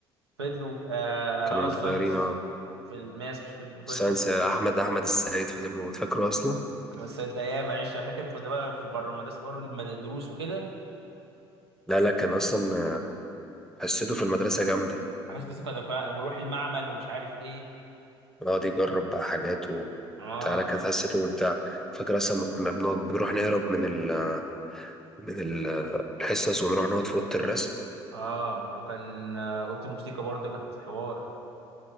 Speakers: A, on the right; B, in the centre.
A: فضلوا اه,
B: كانوا
A: آه
B: متغيرين
A: الساينس
B: اه
A: في الماس فضلوا
B: ساينس احمد احمد السيد فضل موجود فاكره اصلا
A: بس ده ايام عشنا فاكر كنا بقى في بره المدرسه حوار المد- الدروس وكده
B: لا لا كان اصلا حسيته في المدرسه جامده
A: بحس لسه كنا كنا- ونروح المعمل ومش عارف ايه
B: يقعد يجرب بقى حاجات وبتاع
A: اه
B: لا كانت حسيته ممتع فاكر اصلا ما كنا بنقعد بنروح نهرب من ال من ال الحصص ونروح نقعد في اوضه الرسم
A: اه وكان آه، اوضه الموسيقى برضه كانت حوار